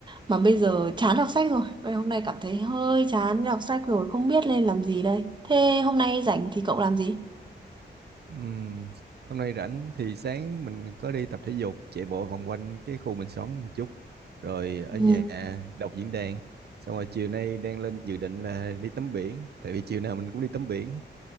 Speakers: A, on the right (about 25°); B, on the right (about 65°).
A: mà bây giờ chán đọc sách rồi bây giờ hôm nay cảm thấy hơi chán đọc sách rồi không biết nên làm gì đây thế hôm nay rảnh thì cậu làm gì
B: Ừm, Hôm nay rảnh thì sáng mình có đi tập thể dục, chạy bộ vòng quanh cái khu mình sống một chút. Rồi ở
A: ừ.
B: nhà đọc diễn đàn. Xong rồi chiều nay đang lên dự định là đi tắm biển. Tại vì chiều nào mình cũng đi tắm biển.